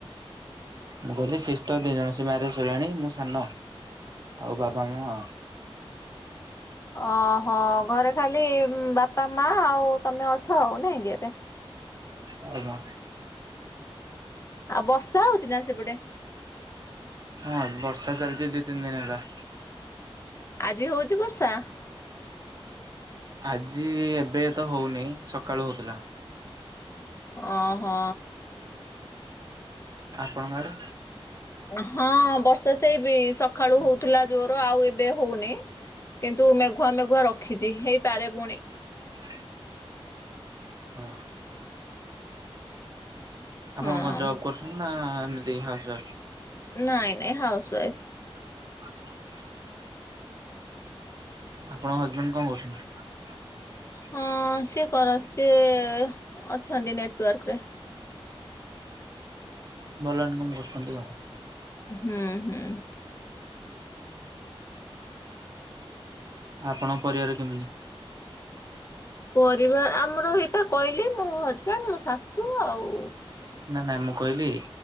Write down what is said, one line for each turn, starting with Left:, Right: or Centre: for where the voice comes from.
Right: ମୁଁ କହିଲି ଶିଷ୍ଟ ଦି ଜଣ ସ ମ୍ୟାରେଜ ହେଲାଣି ମୁଁ ସାନ ଆଉ ବାପ ମାମା
Left: ଓହୋ ଘରେ ଖାଲି ବାପା ମା ଆଉ ତମେ ଅଛ ଆଉ ନାଇଁ କି ଏବେ?
Right: ଆଜ୍ଞା।
Left: ଆଉ ବର୍ଷା ହଉଚି ନା ସେପଟେ?
Right: ହଁ ବର୍ଷା ଚାଲିଚି ଦି ତିନି ଦିନ ହେଲା।
Left: ଆଜି ହଉଚି ବର୍ଷା?
Right: ଆଜି ଏବେ ତ ହଉନି ସକାଳୁ ହଉଥିଲା।
Left: ଓହୋ।
Right: ଆପଣଙ୍କ ଆଡେ?
Left: ହଁ ବର୍ଷା ସେଇ ବି ସକାଳୁ ହଉଥିଲା ଜୋର ଆଉ ଏବେ ହଉନି। କିନ୍ତୁ ମେଘୁଆ ମେଘୁଆ ରଖିଛି ହେଇପାରେ ପୁଣି?
Right: <inaudible> ହଁ ଆପଣ
Left: ହଁ।
Right: କଣ ଜବ କରୁଛନ୍ତି ନା <unintelligible>
Left: ନାଇଁ ନାଇଁ ହାଉସୱାଇଫ।
Right: <inaudible> ଆପଣଙ୍କ ହଜବେଣ୍ଡ କଣ କହୁଚନ୍ତି?
Left: ହଁ ସିଏ କର ସିଏ ଅଛନ୍ତି ନେଟୱାର୍କ ରେ।
Right: ଭଲ ଇନ୍ କମ୍ କରୁଛନ୍ତି ଆଉ।
Left: ହୁଁ ହୁଁ।
Right: ଆପଣଙ୍କ ପରିବାର କେମିତି?
Left: ପରିବାର ଆମର ଏଇପା କହିଲି ମୋ ହଜବେଣ୍ଡ, ମୋ ଶାଶୁ, ଆଉ
Right: ନା ନା ମୁଁ କହିଲି,